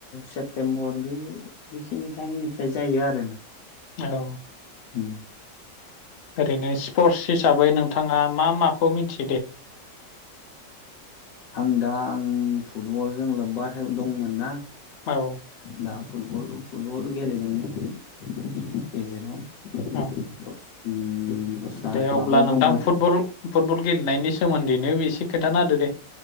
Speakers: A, on the left; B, on the left.
A: सेप तेमबर बे बेखिनि टाइमनिफ्राय जायो आरोना।
B: औ
A: उम
B: ओरैनो स्पर्टस हिसाबै नोंथाङा मा माखौ मिन्थि
A: आं दा आं फुटबलजों लोब्बा दंमोन ना
B: औ
A: दा फुटबल फुटबल गेलेदोंमोन
B: उम
A: गेजेराव
B: औ
A: दस उम दस्रा
B: दे
A: क्लाबाव
B: अब्ला नोंथां
A: दंमोन
B: फुटबल फुटबल गेलेनायनि सो सोमोन्दैनो बेसे खोन्थाना होदो दे